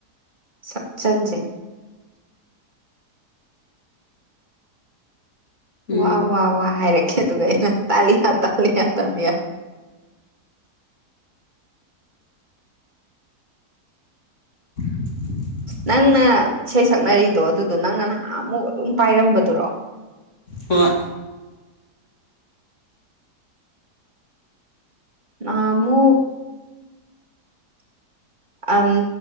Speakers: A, on the right; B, on the left.
A: ꯁꯨꯞꯆꯟꯖꯦ
B: ꯎꯝ
A: ꯋꯥ ꯋꯥ ꯋꯥ ꯍꯥꯏꯔꯛꯀꯦ ꯑꯗꯨꯒ ꯑꯩꯅ ꯇꯥꯂꯤꯌꯥ ꯇꯥꯂꯤꯌꯥ ꯇꯥꯂꯤꯌꯥ
B: <inaudible>
A: ꯅꯪꯅ ꯏꯁꯩ ꯁꯛꯅꯔꯤꯗꯣ ꯑꯗꯨꯗꯣ ꯅꯪꯅ ꯅꯍꯥꯟ ꯑꯃꯨꯛ ꯑꯗꯨꯝ ꯄꯥꯏꯔꯝꯕꯗꯨꯔꯣ
B: ꯍꯣꯏ
A: ꯅꯍꯟꯃꯨꯛ ꯑꯟ